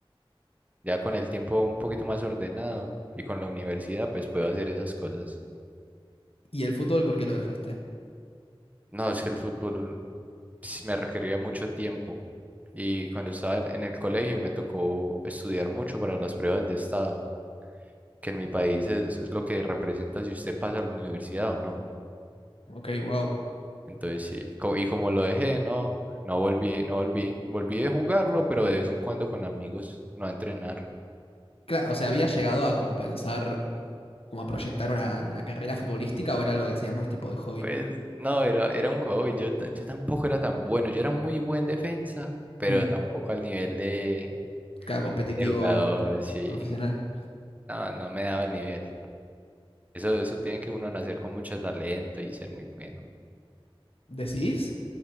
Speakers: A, on the right (about 15°); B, on the left (about 80°).
A: ya con el tiempo un poquito más ordenado y con la universidad, pues puedo hacer esas cosas.
B: ¿Y el fútbol por qué lo dejaste?
A: No, es que el fútbol ps, me requería mucho tiempo y cuando estaba en el colegio me tocó estudiar mucho para las pruebas de estado, que en mi país es lo que representa si usted pasa a la universidad o no.
B: Ok, wow.
A: Entonces sí, co- y como lo dejé, no, no volví, no volví, volví de jugarlo, pero de vez en cuando con amigos, no a entrenar.
B: Claro, o sea, ¿habías llegado a como pensar, como a proyectar una, una carrera futbolística o era algo que hacías más tipo de hobby?
A: Pues no, era, era un hobby. Yo, t- yo tampoco era tan bueno. Yo era muy buen defensa, pero
B: Hmm.
A: tampoco al nivel de,
B: Claro, competitivo
A: de jugador, sí.
B: profesional.
A: No, no me daba el nivel. Eso, eso tiene que uno nacer con mucho talento y ser muy bueno.
B: ¿Decís?